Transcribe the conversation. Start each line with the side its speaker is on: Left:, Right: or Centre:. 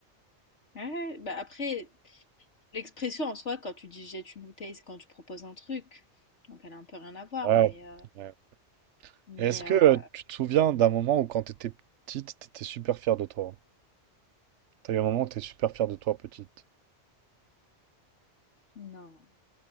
Left: Ouais, bah après. L'expression en soi, quand tu dis: «Jette une bouteille», c'est quand tu proposes un truc, donc elle a un peu rien à voir,
Right: Ouais.
Left: mais heu,
Right: ouais.
Left: mais
Right: Est-ce que
Left: heu,
Right: euh, tu te souviens d'un moment où quand t'étais petite, t'étais super fière de toi? T'as eu un moment où t'es super fière de toi, petite.
Left: non,